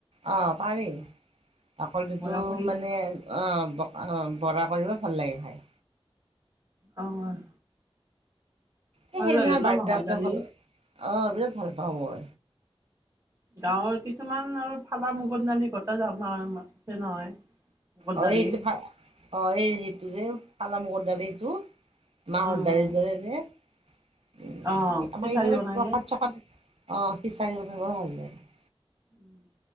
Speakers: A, on the right; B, on the right.
A: অ' পাৰি বাকলটো
B: বৰা কৰি
A: মানে অ বকা অ বৰা কৰিব ভাল লাগে খাই।
B: অ'
A: সেইদিনা
B: ভাল লাগে ন
A: বাৰি
B: মাহৰ দালি
A: আহ বিৰাট ভাল পাওঁ
B: গাঁৱৰ কিছুমান আৰু ফালা মুগট নালি ঘটা যছে নহয়। মুগৰ
A: অ'
B: দালি
A: এইটো অ 'এই এইটো যে ফালা মগৰডাল এইটো মাহৰ
B: উম
A: দাৰি ধৰে যে। উ
B: অ খিচাৰি
A: আমাৰ ইফালে
B: বনাই
A: প্ৰসাদ
B: যে
A: চসাদ অ সিচাৰি বৰ ভাল লাগে।
B: উম।